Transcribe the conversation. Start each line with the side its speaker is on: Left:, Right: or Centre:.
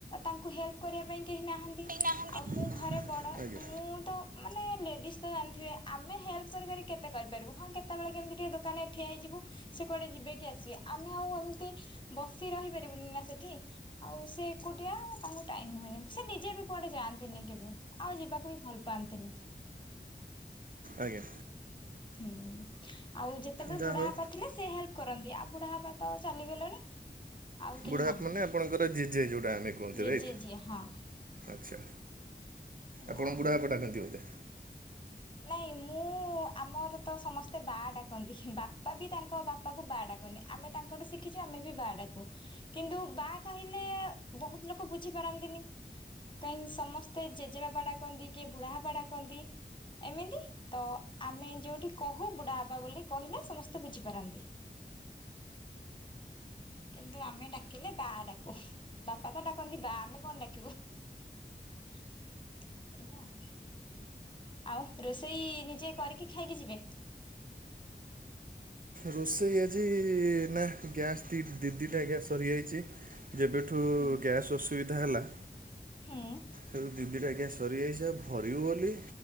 Left: ତାଙ୍କୁ ହେଲ୍ପ କରିବା ପାଇଁ କେହି ନାହାନ୍ତି।
Right: ନାହାନ୍ତି।
Left: ଆଉ ମୁଁ ଘରେ ବଡ଼
Right: ଆଜ୍ଞା
Left: ମୁଁ ତ ମାନେ ଲେଡିଜ ତ ଜାଣିଥିବେ। ଆମେ ହେଲ୍ପ କରିି କରି କେତେ କରିପାରିବୁ ହଁ କେତେବେଳେ କେମିତି ଟିକେ ଦୋକାନରେ ଠିଆ ହେଇଯିବୁ ସେ କୁଆଡେ ଯିବେକି ଆସିବେ ଆମେ ଆଉ ଏମିତି ବସି ରହିପାରିବୁନି ନା ସେଠି। ଆଉ ସେ ଏକୁଟିଆ ତାଙ୍କୁ ଟାଇମ ହୁଏନି ସେ ନିଜେ ବି କୁଆଡେ ଯାନ୍ତିନି କେବେ। ଆଉ ଯିବାକୁ ବି ଭଲ ପାଆନ୍ତିନି।
Right: ଆଜ୍ଞା
Left: ହୁଁ ଆଉ ଯେତେବେଳେ
Right: ଯାହା
Left: ବୁଢା
Right: ହଉ
Left: ବାପା ଥିଲେ ସେ ହେ ଲେପ୍ କରନ୍ତି ଆଉ ବୁଢା ବାପା ତ ଚାଲିଗଲେଣି ଆଉ କେହି
Right: ବୁଢା ବାପା
Left: ନାହାନ୍ତି
Right: ମାନେ ଆପଣଙ୍କର ଜେଜେ ଯେଉଟା ଆମେ କୁହନ୍ତି
Left: ଜେଜେ
Right: ରାଇଟ୍।
Left: ଯିଏ ହଁ
Right: ଆଚ୍ଛା
Left: ଏଇଆ
Right: ଆପଣ
Left: ଆଉ।
Right: ବୁଢ଼ା ବାପା ଡ଼ାକନ୍ତି ବୋଧେ।
Left: ନାଇଁ ମୁଁ ଆମର ତ ସମସ୍ତେ ବା ଡାକନ୍ତି ବାପା ବି ତାଙ୍କ ବାପା ବାପାକୁ ବା ଡାକନି ଆମେ ତାଙ୍କଠୁ ଶିଖିଛୁ ଆମେ ବି ବା ଡ଼ାକୁ। କିନ୍ତୁ ବା କହିଲେ ବହୁତ ଲୋକ ବୁଝି ପାରନ୍ତିନି। କାହିଁକି ସମସ୍ତେ ଜେଜେବାପା ଡାକନ୍ତି କିଏ ବୁଢାବାପା ଡାକନ୍ତି। ଏମିତି ତ ଆମେ ଯୋଉଠି କହୁ ବୁଢା ବାପା ବୋଲି କହିଲେ ସମସ୍ତେ ବୁଝିପାରନ୍ତି। ହ କିନ୍ତୁ ଆମେ ଡାକିଲେ ବା ଡାକୁ ବାପା ତ ଡାକନ୍ତି ବା ଆମେ କଣ ଡାକିବୁ। ଏଇୟା ଆଉ। ଆଉ ରୋଷେଇ ନିଜେ କରିକି ଖାଇକି ଯିବେ?
Right: ରୋଷେଇ ଆଜି ନା ଗ୍ୟାସ୍ ଦି ଦିଟା ଗ୍ୟାସ୍ ସରିଯାଇଛି ଯେବେଠୁ ରୁ
Left: ହୁଁ
Right: ଗ୍ୟାସ୍ ଅସୁବିଧା ହେଲା
Left: ହୁଁ
Right: ସବୁ ଦି ଦିଟା ଗ୍ୟାସ୍ ସରିଯାଇଛି ଆଉ ଭରିବୁ ବୋଲି